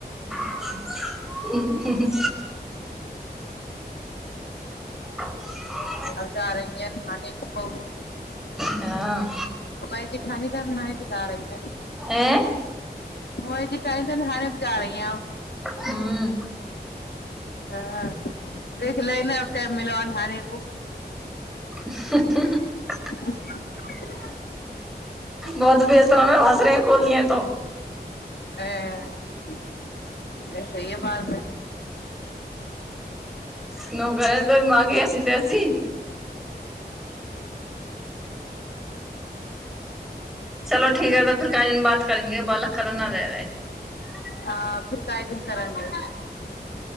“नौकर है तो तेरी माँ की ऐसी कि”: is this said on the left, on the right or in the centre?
Centre